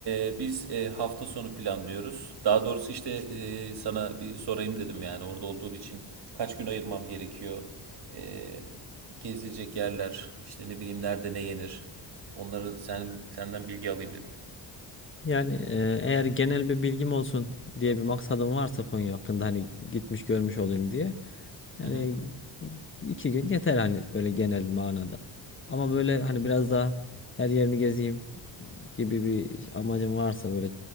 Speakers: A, on the right; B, on the left.
A: e, biz e, hafta sonu planlıyoruz. Daha doğrusu işte e, sana bir sorayım dedim yani orada olduğun için kaç gün ayırmam gerekiyor? E, gezilecek yerler işte ne bileyim nerede ne yenir? Onları sen senden bilgi alayım dedim.
B: yani e, eğer genel bir bilgim olsun diye bir maksadım varsa Konya hakkında hani gitmiş görmüş olayım diye. Yani
A: Hı hı.
B: iki gün yeter hani böyle genel manada. Ama böyle hani biraz daha her yerini gezeyim gibi bir amacın varsa böyle